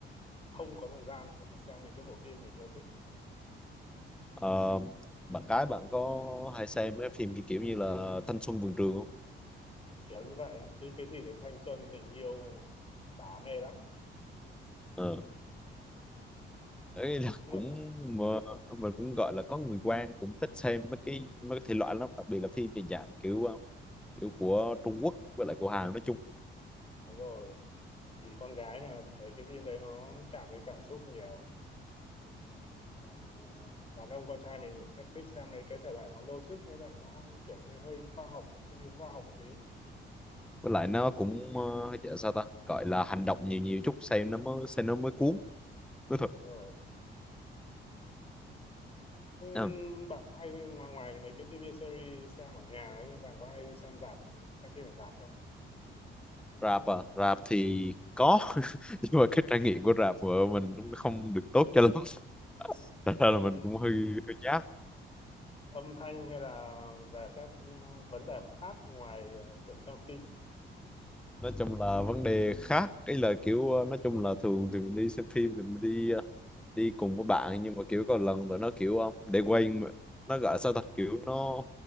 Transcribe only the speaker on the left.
không có thời gian để mà xem những cái bộ phim mình yêu thích
kiểu như vậy ấy. cứ cái gì đến thanh xuân tình yêu tả mê lắm
nhưng
mà
đúng rồi vì con gái mà mấy cái phim đấy nó chạm đến cảm xúc nhiều còn à, đàn ông con trai mình sẽ thích xem mấy cái thể loại nó logic với lại nó kiểu như hơi khoa học thiên hướng khoa học một tí
đúng rồi thế
bạn có hay ngoài, ngoài mấy cái TV series xem ở nhà ấy bạn có hay đi xem rạp xem phim ở rạp không
Ừm,
âm thanh hay là về các ừ, vấn đề khác ngoài ờ, chuyện xem phim